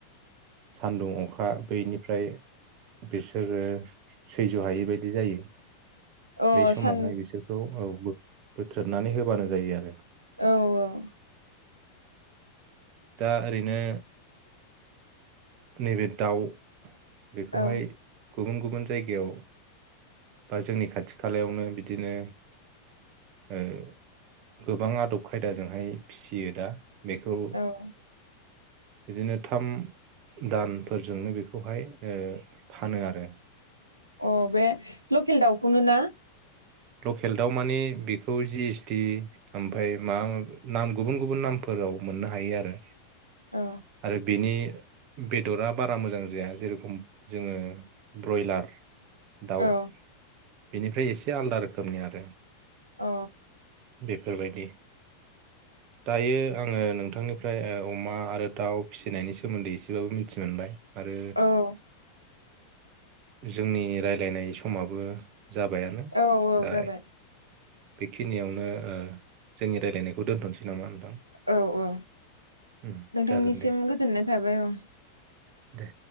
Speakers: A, on the right (about 40°); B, on the right (about 85°).
A: सान्दुं अखा बैनिफ्राय बिसोरो सैज' हायै बायदि जायो
B: औ अ
A: बे समावहाय
B: सान
A: बिसोरखौ औ बोथ्रोननानै होबानो जायो आरो
B: औ औ
A: दा ओरैनो नैबे दाउ बेखौहाय
B: औ
A: गुबुन गुबुन जायगायाव बा जोंनि खाथि खालायावनो बिदिनो ओ गोबां आदब खायदाजोंहाय फिसियो दा बेखौ
B: औ
A: बिदिनो थाम दानफोरजोंनो बेखौहाय ओ फानो आरो
B: अ बे लकेल दाउखौनो ना
A: लकेल दाउ मानि बेखौ जि एसटि ओमफ्राय माबा नाम गुबुन गुबुन नामफोराव मोननो हायो आरो
B: औ
A: आरो बिनि बेदरा बारा मोजां जाया जेरखम जोङो ब्रयलार दाउ
B: औ
A: बेनिफ्राय एसे आलादा रोखोम खोमनि आरो
B: अ
A: बेफोरबायदि दायो आङो नोंथांनिफ्राय ओ अमा आरो दाउ फिसिनायनि सोमोन्दै एसेबाबो मिथिनो मिथि मोनबाय आरो
B: औ
A: जोंनि रायलायनाय समाबो जाबायानो
B: औ औ
A: दा
B: जाबाय
A: बेखिनियावनो ओ जोंनि रायज्लायनायखौ दोनथ'सै नामा नोंथां?
B: औ औ
A: उम
B: नोंथांनिसिम
A: जागोन दे।
B: गोजोननाय थाबाय औ
A: दे